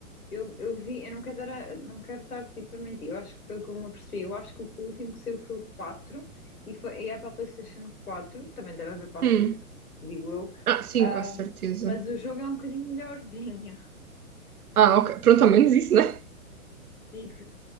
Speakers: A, on the left (about 80°); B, on the right (about 80°).
A: Eu, eu vi, eu não quero estar, a- não quero estar tipo a mentir, eu acho que foi o que eu me apercebi. Eu acho que o último que saiu foi o 4 e, foi, e é para a PlayStation quatro. também deve haver para a
B: Hum.
A: 5, digo eu.
B: Ah, sim,
A: Ah,
B: com certeza.
A: mas o jogo é um bocadinho melhorzinho. <laughs>
B: Ah, ok. Pronto, ao menos isso, né?
A: Tipo,